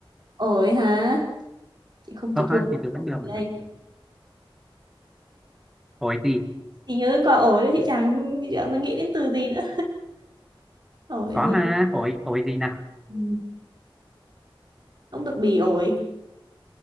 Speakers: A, on the right; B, in the centre.
A: ổi hả chị không chịu
B: Không
A: thua
B: ăn thì tôi
A: Ổi
B: vẫn được
A: đây
B: mà nhỉ? Hỏi gì?
A: chị nhớ đến quả ổi đấy chị chẳng chị chẳng nghĩ đến từ gì nữa ổi
B: Có
A: thì
B: mà, hỏi, hỏi gì nào?
A: ừ. không được bỉ ổi